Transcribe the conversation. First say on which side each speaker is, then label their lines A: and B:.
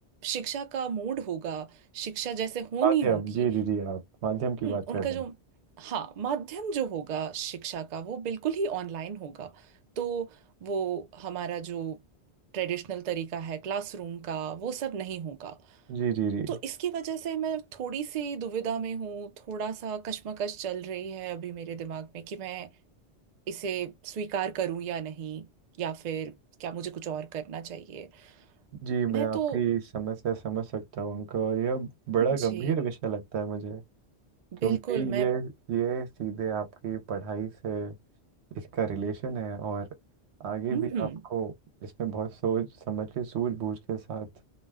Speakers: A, on the right; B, on the right.
A: शिक्षा का मूड होगा शिक्षा जैसे होनी
B: माध्यम
A: होगी
B: जी जी जी आप माध्यम की
A: हम्म,
B: बात
A: उनका
B: कर रहे
A: जो
B: हैं
A: हाँ माध्यम जो होगा शिक्षा का वो बिल्कुल ही ऑनलाइन होगा तो वो हमारा जो ट्रेडिशनल तरीका है क्लासरूम का वो सब नहीं होगा
B: जी जी जी
A: तो इसकी वजह से मैं थोड़ी सी दुविधा में हूँ थोड़ा सा कश्मकश चल रही है अभी मेरे दिमाग में कि मैं इसे स्वीकार करूँ या नहीं या फिर क्या मुझे कुछ और करना चाहिए
B: जी मैं
A: मैं
B: आपकी
A: तो
B: समस्या समझ सकता हूँ अंका और यह बड़ा गंभीर
A: जी
B: विषय लगता है मुझे क्योंकि
A: बिल्कुल मैं
B: ये ये सीधे आपकी पढ़ाई से इसका रिलेशन है और आगे
A: हम्म
B: भी
A: हम्म।
B: आपको इसमें बहुत सोच समझ के सूझबूझ के साथ